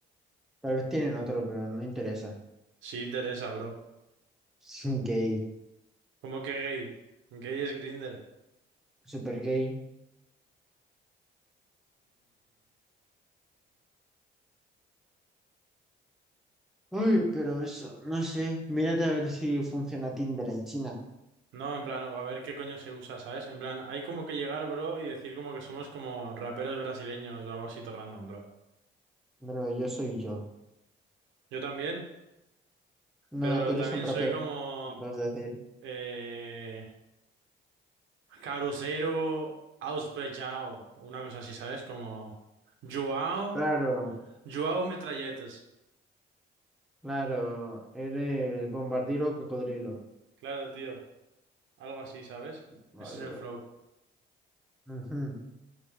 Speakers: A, in the centre; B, on the right.
A: Tal vez tienen otro, pero no interesa.
B: Sí interesa, bro.
A: <laughs> Es un gay.
B: ¿Cómo que gay? Gay es Grinder.
A: Super gay. Ay, pero eso, no sé. Mírate a ver si funciona Tinder en China.
B: No, en plan, o a ver qué coño se usa, ¿sabes? En plan, hay como que llegar, bro, y decir como que somos como raperos brasileños o algo así todo random, bro.
A: Pero yo soy yo.
B: Yo también,
A: No,
B: pero
A: tú eres
B: también
A: un rapero,
B: soy como
A: me acabas de decir.
B: eh, Caruzeiro Auspechao, o una cosa así, ¿sabes? Como Joao,
A: Claro,
B: Joao Metralletes.
A: claro. Eres bombardiro o cocodrilo.
B: Claro, tío, algo así, ¿sabes?
A: Vale,
B: Ese es el
A: bro.
B: flow.
A: Ujú.